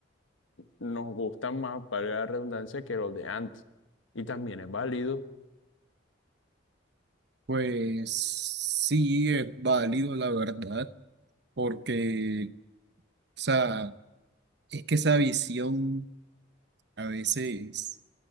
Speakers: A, on the left (about 85°); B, on the right (about 60°).
A: nos gustan más, para la redundancia, que los de antes. Y también es válido.
B: Pues sí, es válido, la verdad, porque, o sea, es que esa visión a veces...